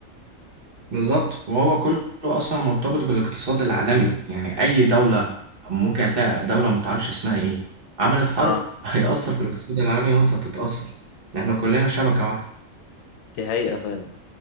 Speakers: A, on the right; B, on the left.
A: بالظبط وهو كله اصلا مرتبط بالاقتصاد العالمي
B: امم
A: يعني اي دولة ممكن هتلاقي دولة ما تعرفش اسمها ايه عملت حرب
B: اه
A: <laughs> هيأثر في الاقتصاد العالمي وانت هتتأثر لان احنا كلنا شبكة واحدة
B: دي حقيقه فعلا